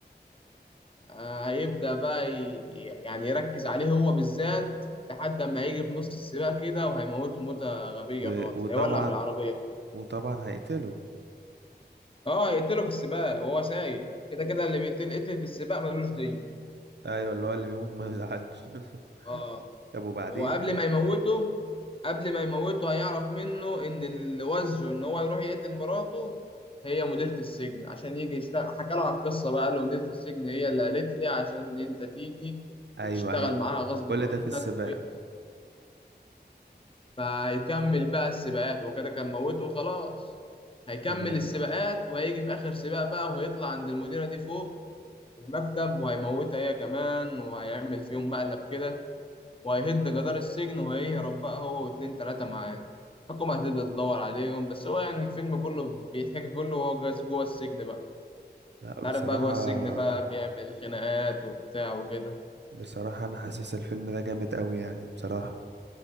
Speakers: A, on the left; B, on the right.
A: آه، هيبدأ بقى ي- يعني يركز عليه هو بالذات لحد ما هيجي في نص السباق كده وهيموته موتة غبية
B: و...
A: خالص
B: وطبعا
A: هيولع في العربية
B: وطبعا هيقتله
A: اه يقتله في السباق وهو سايق كده كده اللي بيتقتل قتل في السباق ملوش دين
B: ايوه اللي هو اللي بيموت ما بيزعلش <laughs>
A: اه
B: طب وبعدين
A: وقبل ما يموته قبل ما يموته هيعرف منه ان اللي وزه ان هو يروح يقتل مراته هي مديرة السجن عشان يجي يشتغل حكى له على القصة بقى قال له مديرة السجن هي اللي قالت لي عشان انت تيجي
B: ايوه
A: وتشتغل
B: ايوه
A: معاها غصب
B: وكل ده
A: عنك
B: في السباق
A: وكده فهيكمل بقى السباقات وكده كان موته خلاص هيكمل
B: تمام
A: السباقات وهيجي في آخر سباق بقى وهيطلع عند المديرة دي فوق المكتب وهيموتها هي كمان وهيعمل فيهم مقلب كده وهيهد جدار السجن وهيهرب بقى هو واتنين تلاتة معاه الحكومة هتبدأ تدور عليهم بس هو يعني الفيلم كله بيتحكي كله وهو جاس- جوه السجن بقى
B: لا
A: تعرف
B: بصراحه
A: بقى جوه السجن بقى بيعمل خناقات وبتاع وكده
B: بصراحه انا حاسس الفيلم ده جامد قوي يعني بصراحه